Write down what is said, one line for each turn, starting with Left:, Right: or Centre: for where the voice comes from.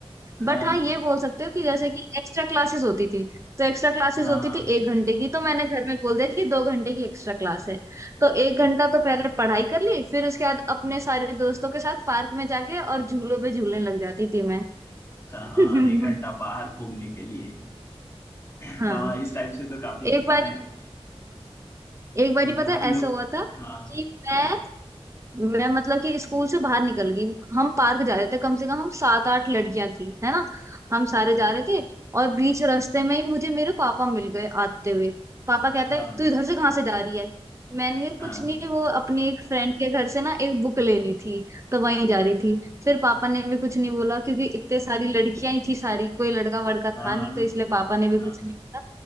Left: हाँ
Right: बट हाँ ये बोल सकते हो कि जैसे कि एक्स्ट्रा क्लासेस होती थी तो एक्स्ट्रा क्लासेस
Left: हाँ
Right: होती
Left: हाँ
Right: थी एक घंटे की तो मैंने घर में बोल दिया कि दो घंटे की एक्स्ट्रा क्लास है तो एक घंटा तो पहले पढ़ाई कर ली फिर उसके बाद अपने सारे दोस्तों के साथ पार्क में जाके और झूलों पे झूलने लग जाती थी मैं
Left: अच्छा हाँ
Right: <laughs>
Left: एक घंटा बाहर घूमने के लिए हाँ
Right: हाँ
Left: इस टाइप से तो काफी किए
Right: एक बार
Left: हैं
Right: एक
Left: हम्म,
Right: बारी पता
Left: हम
Right: है
Left: लोग
Right: ऐसा हुआ था
Left: हाँ
Right: कि
Left: क्या
Right: मैं मैं मतलब कि स्कूल से बाहर निकल गई हम पार्क जा रहे थे कम से कम हम सात आठ लड़कियां थी है ना हम
Left: अच्छा
Right: सारे जा रहे थे और बीच रास्ते में ही मुझे मेरे पापा मिल गए आते हुए पापा कहते
Left: हाँ
Right: हैं तू इधर से कहाँ से जा रही है मैंने कहा, कुछ
Left: हाँ
Right: नहीं वो अपनी एक फ्रेंड के घर से ना एक बुक लेनी थी तो वहीं जा रही
Left: अच्छा,
Right: थी फिर पापा ने भी कुछ नहीं बोला क्योंकि इतने सारी लड़कियां ही थी सारी कोई लड़का वड़का
Left: हाँ
Right: था नहीं
Left: हाँ
Right: तो इसलिए पापा ने भी
Left: हाँ
Right: कुछ नहीं बोला